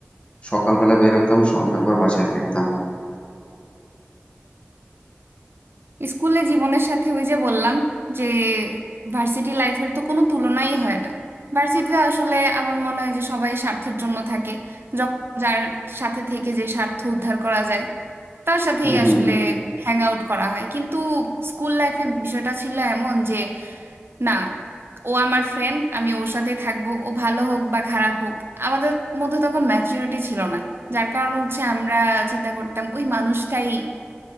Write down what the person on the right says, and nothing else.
স্কুলে জীবনের সাথে ওই যে বললাম যে ভার্সিটি লাইফের তো কোনো তুলনাই হয় না ভার্সিটিতে আসলে আমার মনে হয় যে সবাই স্বার্থের জন্য থাকে যখন যার সাথে থেকে যে স্বার্থ উদ্ধার করা যায় তার সাথেই
আসলে
হ্যাং আউট করা হয় কিন্তু স্কুল লাইফে বিষয়টা ছিল এমন যে না ও আমার ফ্রেন্ড আমি ওর সাথে থাকবো ও ভালো হোক বা খারাপ হোক আমাদের মধ্যে তখন ম্যাচুরিটি ছিল না যার কারণে হচ্ছে আমরা চিন্তা করতাম ওই মানুষটাই